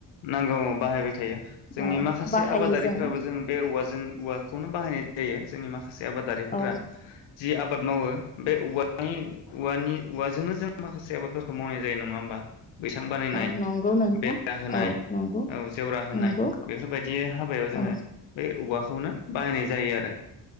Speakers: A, on the left; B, on the left.
A: नांगौ बाहायबाय थायो जोंनि
B: औ
A: माखासे
B: बाहायो
A: आबादारिफोराबो
B: जोङो
A: जों बे औवाजों औवाखौनो बाहायनाय जायो। जोंनि माख खासे आबादारिफोरा
B: औ
A: जि आबाद मावो बे औवानि औवानि औवाजोंनो जों माखासे आबादफोरखौ मावनाय जायो नङा ओमबा? बैसां बानायनाय
B: औ नंगौ नोंथां
A: बेरा होनाय।
B: औ नंगौ
A: औ जेवरा होनाय
B: नंगौ
A: बेफोरबायदि हाबायाव
B: औ
A: जोङो बै औ औवाखौनो बाहायनाय जायो आरो